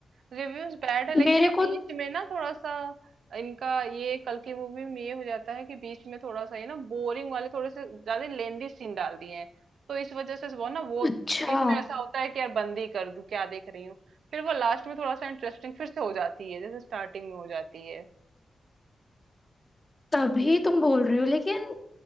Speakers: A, on the right; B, on the left.
A: रिव्यूज बैड है लेकिन
B: मेरे
A: ये
B: को
A: बीच में ना थोड़ा सा इनका ये कल की मूवी में ये हो जाता है कि बीच में थोड़ा सा ये ना बोरिंग वाले थोड़े से ज्यादा लेंदी सीन डाल दिए हैं तो इस वजह से वो ना वो
B: अच्छा
A: बीच में ऐसा होता है कि यार बंद ही कर दूं क्या देख रही हूँ फिर वो लास्ट में थोड़ा सा इंटरेस्टिंग फिर से हो जाती है जैसे स्टार्टिंग में हो जाती है
B: तभी तुम बोल रहे हो लेकिन